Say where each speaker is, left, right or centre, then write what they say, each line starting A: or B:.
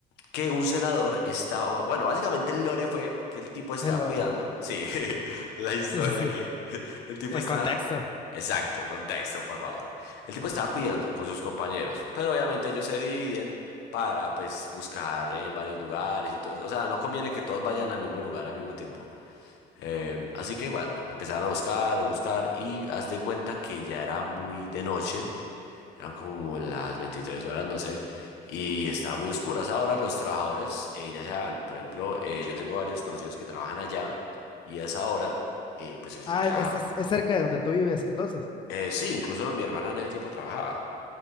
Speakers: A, on the left; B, on the left.
A: Que un celador estaba. Bueno, básicamente el lore fue que el tipo estaba
B: El orden.
A: cuidando. Sí, <laughs> la historia
B: Sí, sí, sí.
A: que el tipo
B: El
A: estaba.
B: contexto.
A: Exacto, contexto, por favor. El tipo estaba cuidando con sus compañeros, pero obviamente ellos se dividen para pues buscar en varios lugares y todo eso. O sea, no conviene que todos vayan al mismo lugar al mismo tiempo. Eh, así que bueno, empezaron a buscar, a buscar y haz de cuenta que ya era muy de noche eran como las 23 horas, no sé, y estaba muy oscuras. Ahora los trabajadores, eh, ya saben, por ejemplo, eh, yo tengo varios conocidos que trabajan allá y a esa hora, eh, pues ellos
B: Ah,
A: ya...
B: es, es, es cerca de donde tú vives, entonces.
A: eh, sí, incluso mi hermana en ese tiempo trabajaba.